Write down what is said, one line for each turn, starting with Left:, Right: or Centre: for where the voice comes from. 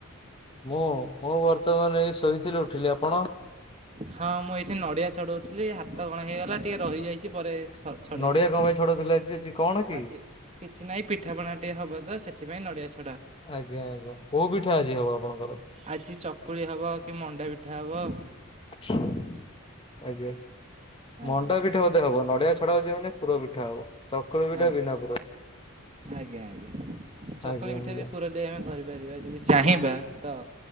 Left: ମୁଁ, ମୁଁ ବର୍ତ୍ତମାନ ଏଇ ଶୋଇଥିଲି ଉଠିଲି। ଆପଣ?
Right: ହଁ, ମୁଁ ଏଇଠି ନଡିଆ ଛଡଉଥିଲି। ହାତ କଣ ହେଇଗଲା, ଟିକେ ରହିଯାଇଛି ପରେ ଛ-ଛଡେଇବି
Left: ନଡିଆ
Right: ଆଉ।
Left: କଣ ପାଇଁ ଛଡଉଥିଲେ ଆଜି ଆଜି କଣ କି?
Right: ଆଜି କିଛି ନାହିଁ, ପିଠାପଣା ଟିକେ ହବତ ସେଥ ସେଥିପାଇଁ ନଡ଼ିଆ ଛ
Left: ଆଜ୍ଞା, ଆଜ୍ଞା, କୋଉ ପିଠା ଆଜି ହବ ଆପଣଙ୍କର?
Right: ଆଜି ଚକୁଳି ହବ, କି ମଣ୍ଡା ପିଠା ହବ,
Left: ଆଜ୍ଞା,
Right: ଆଜ୍ଞା
Left: ମଣ୍ଡା ପିଠା ବଧେ ହବ। ନଡିଆ ଛଡା ହଉଛି ମାନେ ପୁର ପଠା ହବ। ଚକୁଳି ପିଠା
Right: ଆଜ୍ଞା,
Left: ବିନା ପୁର।
Right: ଆଜ୍ଞା ଆଜ୍ଞା, ଚକୁଳି
Left: ଆଜ୍ଞା
Right: ପିଠା
Left: ଆଜ୍ଞା
Right: ବି ପୁର ଦେଇଆମେ କରିବୁ। ପରିବା। ଯଦି ଚାହିଁବା ତ